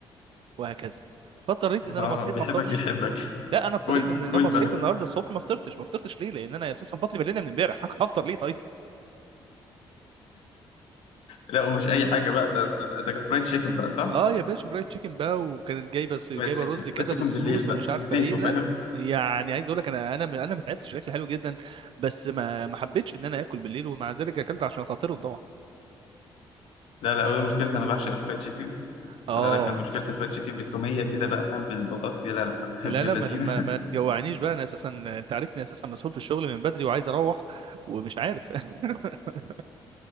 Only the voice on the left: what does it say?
آه
بيحبك
بيحبك <laughs>
كل
كل
بقى
لا ومش أي حاجة بقى ده أنت ده كان فرايد تشيكن بقى صح؟
فرايد تشيكن
فرايد
تشيكن
بالليل بقى
بزيته
فاهم؟
لا لا هو مشكلتي أنا بعشق الفرايد تشيكن
لكن مشكلة الفرايد تشيكن بالتومية كده بقى فاهم بالبطاطا لا لا لا
<laughs> ابن
اللذينة